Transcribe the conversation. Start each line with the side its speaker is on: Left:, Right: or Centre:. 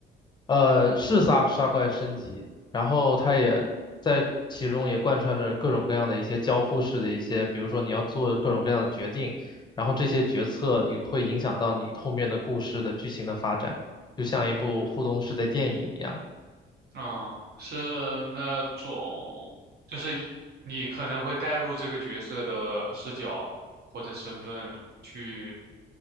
Left: 呃，是杀杀怪升级，然后它也在其中也贯穿着各种各样的一些交互式的一些，比如说你要做各种各样的决定，然后这些决策你会影响到你后面的故事的剧情的发展，就像一部互动式的电影一样。
Right: 啊，是那种，就是你可能会带入这个角色的视角或者身份去，